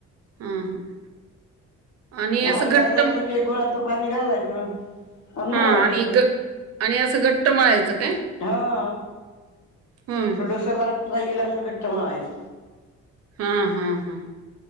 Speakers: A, on the right; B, on the left.
A: हं, हं. आणि असं
B: अंदाजान
A: घट्ट
B: ते गुळाचं पाणी घालायचं आणि
A: हां
B: मळायचं ते.
A: घ आणि असं घट्ट मळायचं काय?
B: हो.
A: हं.
B: थोडस लाटता येईल अस घट्ट मळायचं.
A: हम् हम् हम्.